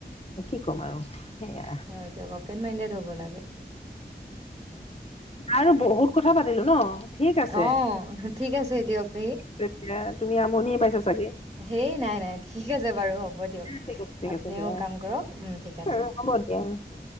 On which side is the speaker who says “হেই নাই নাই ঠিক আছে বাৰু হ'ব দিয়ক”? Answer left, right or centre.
Right